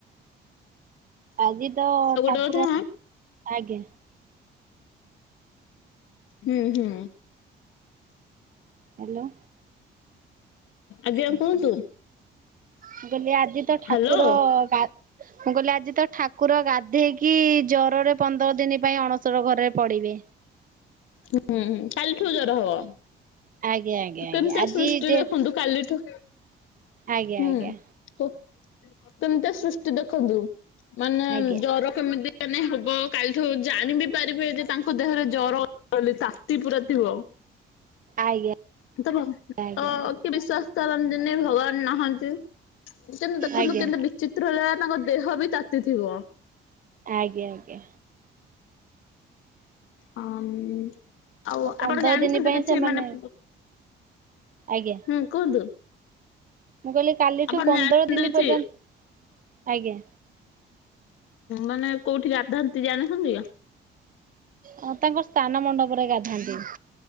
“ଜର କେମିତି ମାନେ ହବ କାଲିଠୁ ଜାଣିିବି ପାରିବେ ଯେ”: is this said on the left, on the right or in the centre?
Left